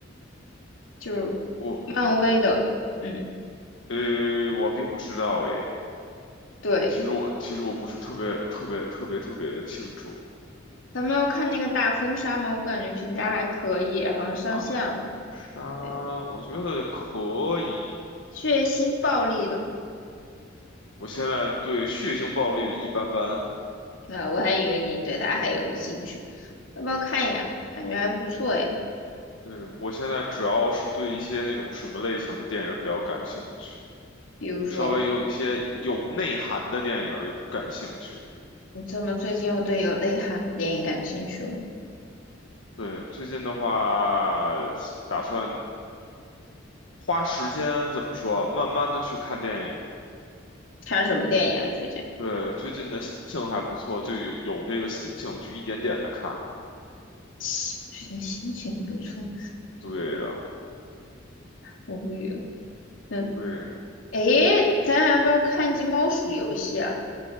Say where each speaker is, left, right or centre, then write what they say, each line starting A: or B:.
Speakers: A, on the left (about 90°); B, on the left (about 70°).
A: 就是
B: 不？
A: 漫威的，嗯，
B: 呃，我并不知道诶。
A: 对，
B: 其实我其实我不是特别特别特别特别的清楚。
A: 咱们要看那个大风沙嘛，我感觉评价还可以，好像上线了，
B: 大杀，
A: 对，
B: 我觉得可以。
A: 血腥暴力的，
B: 我现在对血腥暴力的一般般。
A: 啊，我还以为你对它还有兴趣，要不要看一眼？感觉还不错诶，
B: 对，我现在主要是对一些那种什么类型的电影比较感兴趣，
A: 比如说
B: 稍微有一些有内涵的电影儿感兴趣。
A: 你怎么最近又对有内涵的电影感兴趣了？
B: 对，最近的话，打算花时间怎么说啊慢慢的去看电影。
A: 看什么电影啊最近？
B: 对，最近的心情还不错，就有有这个心情去一点点的看。
A: 最近心情不错，
B: 对的，
A: 我无语了。嗯，
B: 对，
A: 诶，咱俩要不要看一集猫鼠游戏啊？